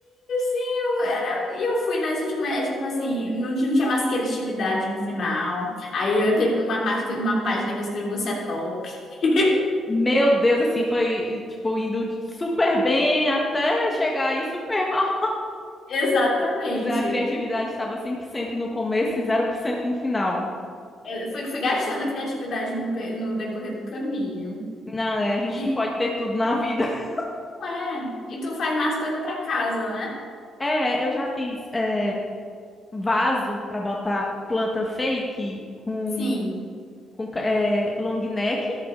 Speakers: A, on the left; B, on the left.
A: Sim, eu era. E eu fui nessa última, tipo assim, não tinha, não tinha mais criatividade no final. Aí eu teve uma parte, uma página que eu escrevi Você é top. <laughs>
B: Meu Deus, assim, foi, tipo, indo de super bem até chegar aí super mal.
A: Exatamente.
B: <laughs> Mas a criatividade estava 100% no começo e zero por cento no final.
A: Eu fui, fui gastando a criatividade no, pe- no decorrer do caminho.
B: Não, né? A gente
A: E
B: não pode ter tudo na vida. <laughs>
A: não é. E tu faz mais coisa pra casa, né?
B: É, eu já fiz é, vaso para botar planta fake com,
A: Sim.
B: com ca- é, long neck.